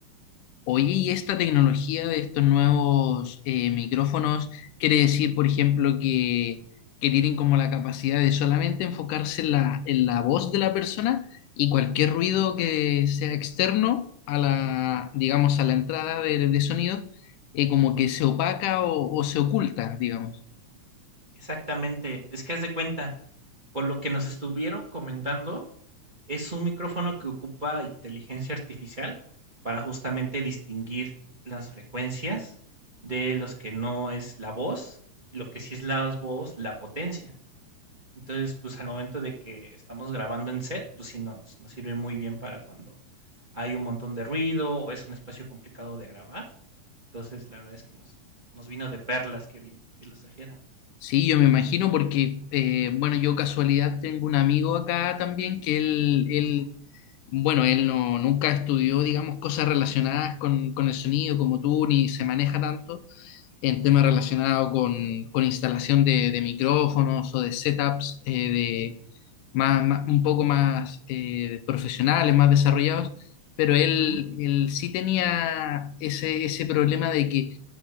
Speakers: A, on the left (about 80°); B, on the right (about 30°).
A: Oye, ¿y esta tecnología de estos nuevos eh, micrófonos quiere decir, por ejemplo, que, que tienen como la capacidad de solamente enfocarse en la, en la voz de la persona y cualquier ruido que sea externo a la, digamos, a la entrada de, de sonido, eh, como que se opaca o, o se oculta, digamos?
B: Exactamente, es que haz de cuenta, por lo que nos estuvieron comentando, es un micrófono que ocupa inteligencia artificial para justamente distinguir las frecuencias de los que no es la voz y lo que sí es la voz, la potencia. Entonces, pues, al momento de que estamos grabando en set, pues sí nos nos sirve muy bien para cuando hay un montón de ruido, o es un espacio complicado de grabar. Entonces, la verdad es que nos nos vino de perlas que vin que los trajeran.
A: Sí, yo me imagino porque, eh, bueno, yo casualidad tengo un amigo acá también que él, él
B: Ujú,
A: bueno, él no, nunca estudió, digamos, cosas relacionadas con, con el sonido como tú, ni se maneja tanto en temas relacionados con, con instalación de, de micrófonos o de setups eh, de más, más- un poco más eh, profesionales, más desarrollados, pero él,
B: ujú,
A: él sí tenía ese, ese problema de que